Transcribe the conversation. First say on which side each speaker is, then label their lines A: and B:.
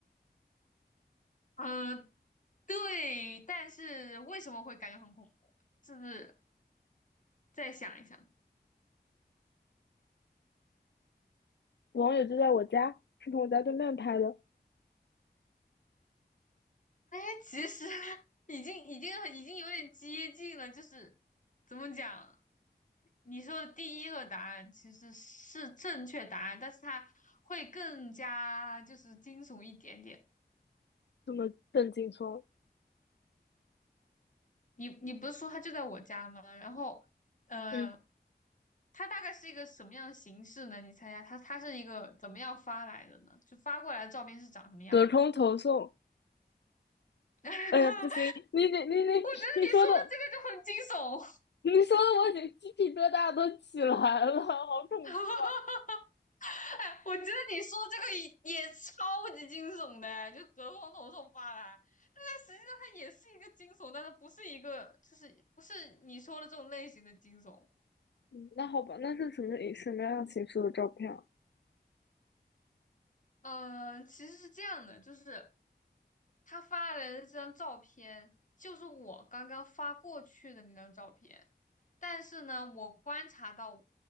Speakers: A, on the left; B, on the left.
A: 嗯、对，但是为什么会感觉很恐怖？是不是再想一想？
B: 网友就在我家，是从我家对面拍的，
A: 哎，其实 <laughs> 已经已经已经有点接近了，就是怎么讲？你说的第一个答案其实是正确答案，但是它会更加就是惊悚一点点。
B: 这么郑劲松。
A: 你你不是说它就在我家吗？然后，呃。
B: 嗯，
A: 它大概是一个什么样的形式呢？你猜一下，它它是一个怎么样发来的呢？就发过来的照片是长什么样的？
B: 隔空投送。
A: <laughs> 哇，
B: 哎呀，不行，你你你你你说的，
A: 我觉得你说的这个就很惊悚，
B: 你说的，我已经鸡皮疙瘩都起来了，好恐怖。
A: <laughs>
B: 啊！
A: 哎，我觉得你说的这个也也超级惊悚的哎就隔空投送发来，但是实际上它也是一个惊悚，但是不是一个就是不是你说的这种类型的惊悚。
B: 嗯那好吧，那是什么什么样形式的照片啊？
A: 嗯，其实是这样的，就是他发来的这张照片，就是我刚刚发过去的那张照片。但是呢，我观察到